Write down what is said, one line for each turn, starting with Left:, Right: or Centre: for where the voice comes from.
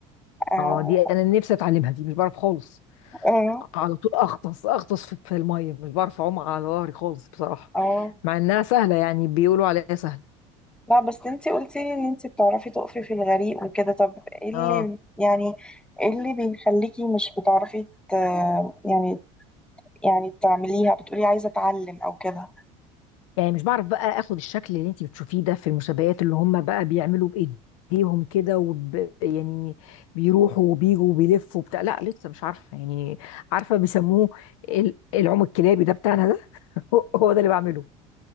Centre: اه
Left: اه دي انا نفسي اتعلمها دي مش بعرف خالص
Centre: اه
Left: على طول اغطس اغطس في في الميه مش بعرف اعوم على ظهري خالص بصراحه
Centre: اه
Left: مع انها سهله يعني بيقولوا عليها سهله
Centre: لا بس انتي قلتي لي ان انتي بتعرفي تقفي في الغريق وكده طب ايه اللي
Left: اه
Centre: يعني ايه اللي بيخليكي مش بتعرفي ت... يعني يعني تعمليها بتقولي عايزة اتعلم او كده
Left: يعني مش بعرف بقى اخد الشكل اللي انت بتشوفيه ده في المسابقات اللي هم بقى بيعملوا بايديهم كده وب... يعني بيروحوا وبيجوا وبيلفوا بتاع لا لسه مش عارفه يعني عارفه بيسموه ال- العوم الكلابي ده بتاعنا ده <laughs> هو هو ده اللي بعمله